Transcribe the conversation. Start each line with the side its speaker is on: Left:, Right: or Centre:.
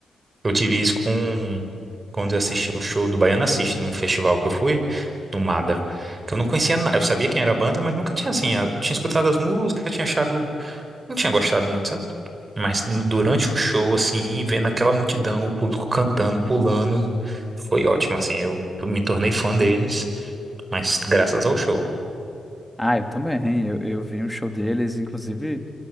Right: Eu tive isso com quando eu assisti o show do Baiana System num festival que eu fui, no Mada. Que eu não conhecia nada. Eu sabia quem era a banda, mas nunca tinha assim. Eu tinha escutado as músicas, eu tinha achado. Não tinha gostado muito, sabe? Mas n- durante o show, assim, vendo aquela multidão, o público cantando, pulando, foi ótimo, assim. Eu, eu me tornei fã deles, mas graças ao show.
Centre: Ah, eu também. Eu, eu vi um show deles, inclusive,